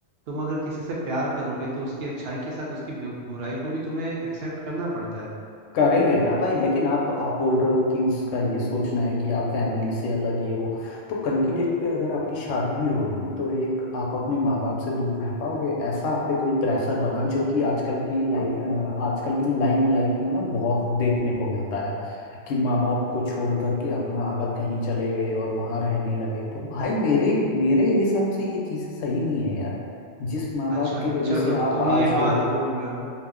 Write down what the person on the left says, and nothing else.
करेंगे ना भाई लेकिन आप आप बोल रहे हो कि उसका ये सोचना है कि आप फैमिली से अलग ये वो तो कल की डेट पे अगर आपकी शादी होगी तो एक आप अपने माँ बाप से दूर रह पाओगे ऐसा आप पे कोई प्रेशर बना जो कि आजकल की लाइफ आजकल की लाइन लाइफ में ना बहुत देखने को मिलता है कि माँ बाप को छोड़ करके अपना अलग कहीं चले गए और वहां रहने लगे तो भाई मेरे मेरे हिसाब से ये चीजें सही नहीं है यार जिस माँ
बाप की वजह
से आप
आज
हो